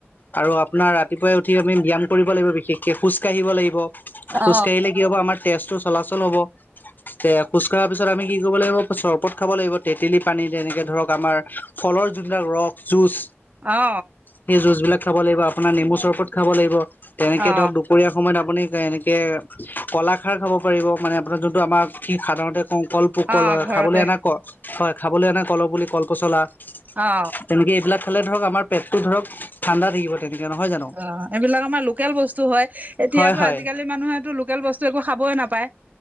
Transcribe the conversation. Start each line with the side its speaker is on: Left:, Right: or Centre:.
Left: আৰু আপোনাৰ ৰাতিপুৱাই উঠি আমি ব্যায়াম কৰিব লাগিব বিশেষকে খোজ খোজকাঢ়িব লাগিব
Right: অ
Left: খোজকাঢ়িলে কি হ'ব আমাৰ তেজটো চলাচল হ'ব। তে, খোজ কঢ়াৰ পিছত আমি কি কৰিব লাগিব চৰবত খাব লাগিব তেতেলী পানী তেনেকে ধৰক আমাৰ ফলৰ যোনবিলাক ৰস যুজ
Right: অ
Left: সেই যুজ বিলাক খাব লাগিব। আপোনাৰ নেমু চৰবত খাব লাগিব তেনেকে
Right: অ
Left: ধৰক দুপৰীয়া সময়ত আপুনি। এনেকে কলাখাৰ খাব পাৰিব মানে আপোনাৰ যোনটো আমাক সাধাৰণতে কওঁ। কলপ কল
Right: অ
Left: হয়
Right: ঘৰতে
Left: খাবলৈ অনা, ক হয় খাবলৈ অনা কল পুলি কলপচলা।
Right: অ
Left: তেনেকে এইবিলাক খালে ধৰক আমাৰ পেটতটো ধৰক ঠাণ্ডা থাকিব। তেনেকে নহয় জানো
Right: অ, এইবিলাক আমাৰ লোকেল বস্তু হয় এতিয়াতো
Left: হয় হয়
Right: আজিকালি মানুহেতো লোকেল বস্তু একো খাবয় নাপায়।